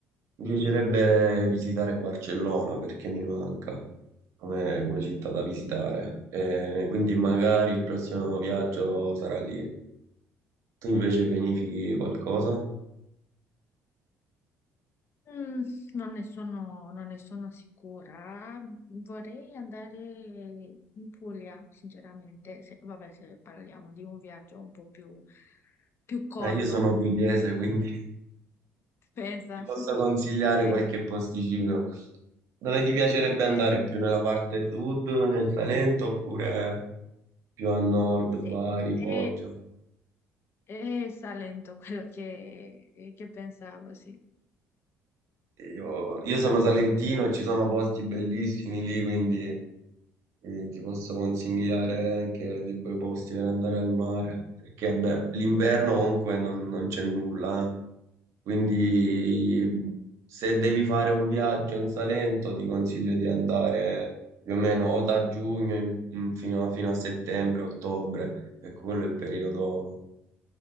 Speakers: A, on the right; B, on the left.
A: Mi piacerebbe visitare Barcellona perché mi manca come, come città da visitare. Eh, quindi magari il prossimo viaggio sarà lì. Tu invece pianifichi
B: Mm.
A: qualcosa?
B: Mm, non ne sono, non ne sono sicura. Vorrei andare in Puglia, sinceramente. Se, vabbè, se parliamo di un viaggio un po' più, più corto,
A: Eh, io sono pugliese, quindi <laughs>
B: Pensa,
A: ti posso
B: <laughs>
A: consigliare qualche
B: pensa.
A: posticino. Dove ti piacerebbe andare?
B: Ehm,
A: Più nella parte sud, nel Salento, oppure più a nord,
B: sì,
A: Bari,
B: è,
A: Foggia?
B: è Salento quello che, che pensavo, sì.
A: Io, io sono salentino, ci sono posti bellissimi lì, quindi eh, ti posso consigliare anche dei bei posti per andare al mare, perché beh, l'inverno comunque non, non c'è nulla, eh. Quindi se devi fare un viaggio in Salento ti consiglio di andare più o meno o da giugno in- in- fino a, fino a settembre, ottobre, e quello è il periodo